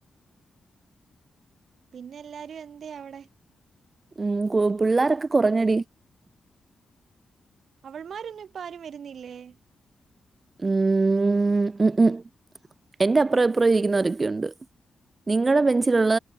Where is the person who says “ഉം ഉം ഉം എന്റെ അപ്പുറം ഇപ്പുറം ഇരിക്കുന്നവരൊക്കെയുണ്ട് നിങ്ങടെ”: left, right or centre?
Right